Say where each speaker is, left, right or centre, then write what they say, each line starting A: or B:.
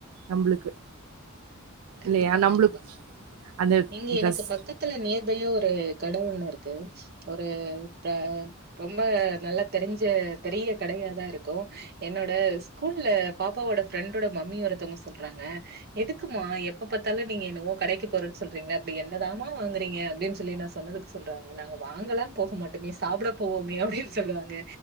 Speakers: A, on the right; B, on the right.
A: நம்மளுக்கு
B: கண்டிப்பா
A: இல்லையா? நம்மளுக்கு
B: கண்டிப்பா
A: அந்த
B: இங்க எனக்கு
A: ட்ரெஸ்
B: பக்கத்துல நேர் பைல ஒரு கட ஒன்னு இருக்கு ஒரு ப ரொம்ப நல்லா தெரிஞ்ச பெரிய கடையா தா இருக்கு என்னோட ஸ்கூல்ல பாப்பாவோட ஃப்ரெண்டோட மம்மி ஒருத்தங்க சொல்றாங்க எதுக்குமா எப்ப பத்தாலு நீங்க என்னவோ கடைக்கு போறன்னு சொல்றீங்க அப்டி என்னதாமா வாங்குறீங்க அப்டின்னு சொல்லி நா சொன்னதுக்கு சொல்றாங்க நாங்க வாங்கலா போக மாட்டோமே மிஸ் சாப்புட போவோமே அப்டின்னு சொல்லுவாங்க